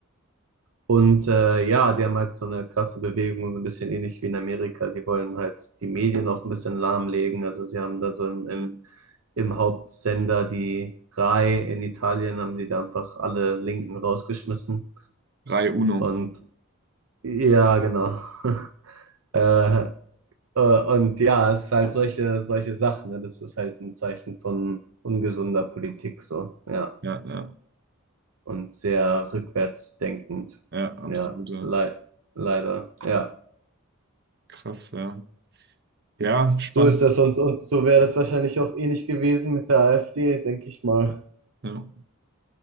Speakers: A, on the right; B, on the right.
A: und äh, ja, die haben halt so eine krasse Bewegung, so ein bisschen ähnlich wie in Amerika. Die wollen halt die Medien auch ein bisschen lahmlegen. Also sie haben da so im, im,
B: Mhm.
A: im Hauptsender die RAI in Italien, haben die da einfach alle Linken rausgeschmissen.
B: Rai Uno.
A: Und ja, genau. <laughs> Äh, Äh, Und ja, es ist halt solche, solche Sachen, ne? Das ist halt ein Zeichen von ungesunder Politik, so, ja.
B: Ja, ja,
A: Und sehr rückwärtsdenkend.
B: ja, absoluter
A: Ja, lei- leider, ja.
B: krass, ja. Ja, spannend.
A: So ist das und, und so wäre das wahrscheinlich auch ähnlich gewesen mit der AfD, denke ich mal.
B: Ja,